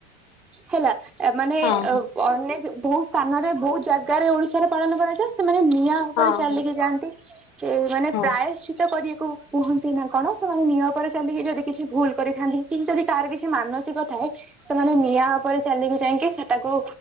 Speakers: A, in the centre; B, on the left.
A: ହେଲା। ଏ ମାନେ
B: ହଁ
A: ଅ
B: ହଁ
A: ଅନେକ ବହୁ ସ୍ଥାନରେ ବହୁତ ଜାଗାରେ ଓଡିଶାରେ ପାଳନ କରାଯାଏ। ସେମାନେ ନିଆଁ ଉପରେ
B: ହଁ
A: ଚାଲିକି ଯାଆନ୍ତି, ମାନେ
B: ହଁ।
A: ପ୍ରାୟଶ୍ଚିତ କରିବାକୁ କୁହନ୍ତି ନା କଣ ସେ ମାନେ ନିଆ ଉପରେ ଚାଲିକି ଯଦି କିଛି ଭୁଲ କରିଥାନ୍ତି କି ଯଦି କାହାର କିଛି ମାନସିକ ଥାଏ ସେମାନେ ନିଆଁ ଉପରେ ଚାଲିକି ଯାଇକି ସେଟାକୁ